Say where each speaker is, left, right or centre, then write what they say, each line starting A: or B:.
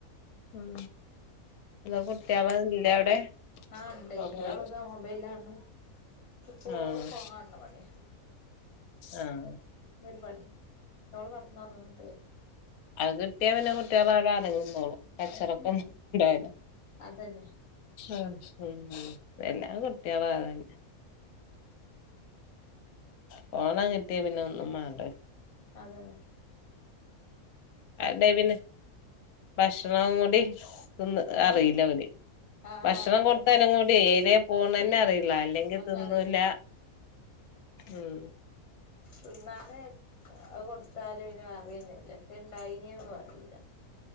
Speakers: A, on the left; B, on the left.
A: ഉം ഇങ്ങളെ കുട്ടിയള്ല്ല അവിടെ
B: ആഹ് ഉണ്ടേ
A: ഒറങ്ങാ
B: ഒരാളിതാ മൊബൈലാണ് ഇപ്പോളും
A: ആഹ്
B: ഫോൺ കാൺണ പണിയാ
A: ആഹ്
B: രു പണി ള്റ്റോ കട്ന്നൊറങ്ങ്ണ്ട്
A: അത് കിട്ടിയാ പിന്നെ കുട്ടികള് അവിടെ അടങ്ങിന്നോളും കച്ചറക്കൊന്നും
B: ഉം
A: ഉണ്ടാവൂല
B: അതന്നെ
A: ഉം ഉം എല്ലാ കുട്ടികളും അതെന്നെ ഫോണട് കിട്ടിയ പിന്നെ ഒന്നും വണ്ട
B: അതെ
A: അതെ പിന്നെ ഭക്ഷണം കൂടി തിന്ന്
B: ഏ
A: അറിയീല ഓല്
B: ആഹ്
A: ഭക്ഷണം
B: അതന്നെ
A: കൊടുത്താലും കൂടി എയ്ലെ പോണന്നെ
B: ഉം ഉം
A: അറിയില്ല അല്ലെങ്കി
B: അതൊന്നും
A: തിന്നൂല
B: അറിയില്ല
A: ഉം
B: തിന്നാനേ അത് കൊടുത്താലും ഇന അറിയെന്നെല്ല ന്തേ ഇണ്ടായിനൊന്നും അറിയില്ല